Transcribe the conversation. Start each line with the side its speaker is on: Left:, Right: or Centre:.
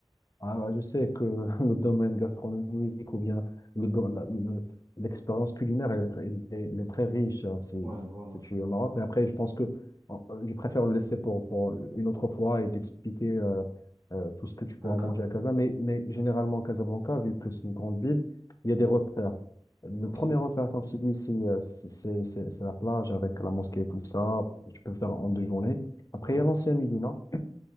Left: Ah, bah, je sais que <laughs> le domaine gastronomique ou bien le do- la- le- l'expérience culinaire, elle est, très elle est- elle est très riche hein, si,
Right: Ouais, voilà.
Left: si tu es au Maroc. Mais après, je pense que euh, je préfère le laisser pour, pour une autre fois et t'expliquer euh, euh, tout ce que tu pourras
Right: D'accord.
Left: manger à Casa. Mais, mais généralement, Casablanca, vu que c'est une grande ville, il y a des repères. Le
Right: Ok.
Left: premier repère, comme tu dis, c'est euh, c'est- c'est- c'est- c'est la plage avec la mosquée et tout ça. Tu peux le faire en deux journées. Après,
Right: Ouais.
Left: il y a l'ancien Médina.